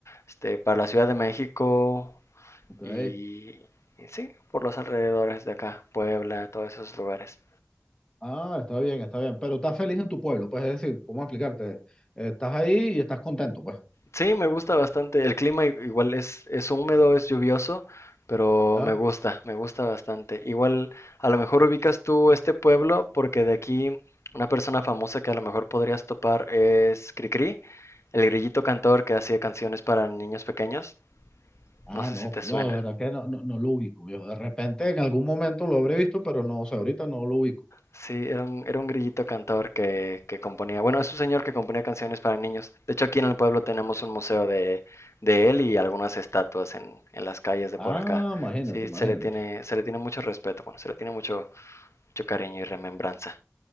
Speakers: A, on the left (about 70°); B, on the left (about 15°).
A: este, para la Ciudad de México
B: ok.
A: y, y sí, por los alrededores de acá, Puebla, todos esos lugares.
B: Ah, está bien, está bien. Pero estás feliz en tu pueblo, pues es decir, ¿cómo explicarte? Eh, Estás ahí y estás contento, pues.
A: Sí, me gusta bastante. El clima i- igual es, es húmedo, es lluvioso, pero
B: Ah,
A: me gusta, me gusta bastante. Igual, a lo mejor ubicas tú este pueblo, porque de aquí una persona famosa que a lo mejor podrías topar es Cricri, el grillito cantor que hacía canciones para niños pequeños. No
B: Ah,
A: sé
B: no,
A: si te suena.
B: no, de verdad que no, no, no lo ubico, viejo. De repente en algún momento lo habré visto, pero no, o sea, ahorita no lo ubico. pues.
A: Sí, era un, era un grillito cantor que, que componía. Bueno, es un señor que componía canciones para niños. De hecho, aquí en el pueblo tenemos un museo de, de él y algunas estatuas en, en las calles de
B: Ah,
A: por acá.
B: imagínate,
A: Sí,
B: imagínate.
A: se le tiene, se le tiene mucho respeto, bueno, se le tiene mucho, mucho cariño y remembranza.